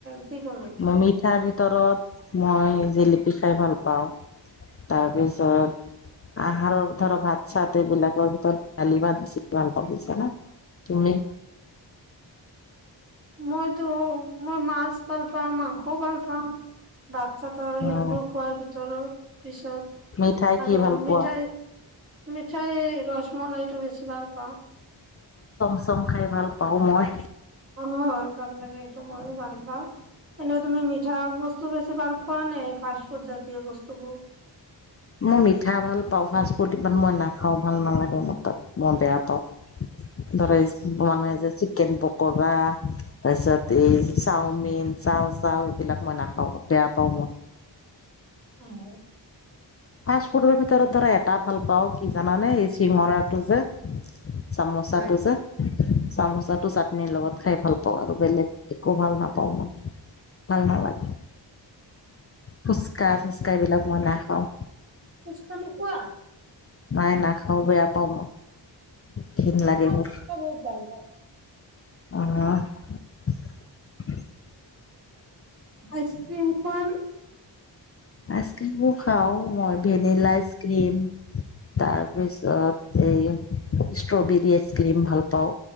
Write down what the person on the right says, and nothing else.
যিকোনো
মইতো মই মাছ ভাল পাওঁ মাংস ভাল পাওঁ ভাত চাতৰ সেইবোৰ
খোৱাৰ ভিতৰত পিছত
আৰু ৰৰুম
মিঠাই মিঠাই ৰসমলাইটো বেছি ভাল পাও
অ', ভাল লাগে এইটো ময়ো ভাল পাও এনেই তুমি মিঠা বস্তু বেছি বাৰ পোৱা নাই প পৰজাতীয় বস্তুবোৰ
আহ,
হয়
ফুচকা নোখোৱা
মই
ফুচকা বহুত ভাল পাওঁ
আচক্ৰীমখন